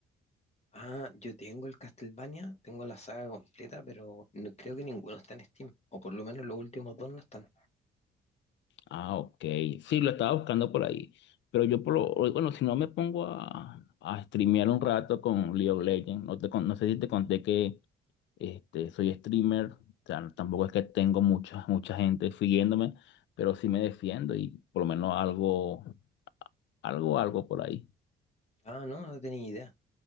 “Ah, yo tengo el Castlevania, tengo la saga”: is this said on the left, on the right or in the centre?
Left